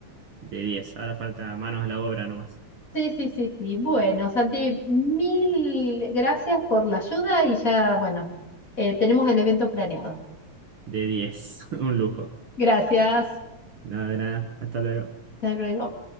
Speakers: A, on the right; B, on the left.
A: De diez ahora falta manos a la obra nomás.
B: Sí, sí, sí, sí. Bueno, Santi, mil gracias por la ayuda y ya, bueno, eh, tenemos el evento planeado.
A: De diez <laughs> un lujo.
B: Gracias.
A: Nada de nada. Hasta luego.
B: Hasta luego.